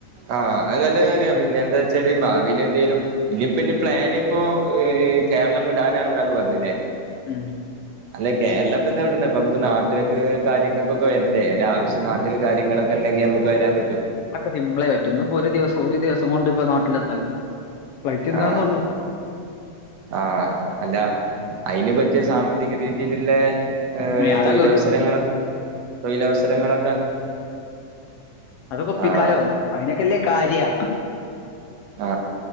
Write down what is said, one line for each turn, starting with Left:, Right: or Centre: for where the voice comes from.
Right: ആഹ് അത് നല്ല കാര്യാ പിന്നെ എന്താ വെച്ചാല് ഭാവിൽ
Left: ഉം.
Right: എന്തെലും ഇനിയിപ്പോ ഇനി പ്ലാനിപ്പോ കേരളം വിടാനാണെന്നാണ് പറഞ്ഞില്ലേ?
Left: ഉം
Right: അല്ലാ കേരള ഇപ്പൊ എന്നാവിടന്നേ അപ്പൊ നമുക്ക് നാട്ട്ക്ക് കാര്യങ്ങൾക്കൊക്കെ വരണ്ടേ ഒര ആവശ്യം നാ കാര്യങ്ങളൊക്കെ ഉണ്ടെങ്കി നമുക്ക് വരാൻ പറ്റോ
Left: അതൊക്കെ സിമ്പിളായി പറ്റും ഇന്ന് ഇപ്പോ ഒരു ദിവസം ഒരു ദിവസം കൊണ്ട് ഇപ്പ നാട്ടിലെത്താലോ ഫ്ലൈറ്റ് എടുക്കണന്നൊള്ളൂ.
Right: ആഹ് ആഹ് അല്ല അയിന് പറ്റിയ സാമ്പത്തിക രീതിയിസല് ല്ലേ ഏഹ്
Left: ഇനി അതൊക്കെ
Right: തൊഴിലവസരങ്ങൾ
Left: കിട്ടും
Right: തൊഴിലവസരങ്ങളൊക്കെ
Left: അതൊക്കെ ഒപ്പിക്കാലോ
Right: ആഹ്
Left: അയിനൊക്കെല്ലേ കാര്യാ
Right: ആ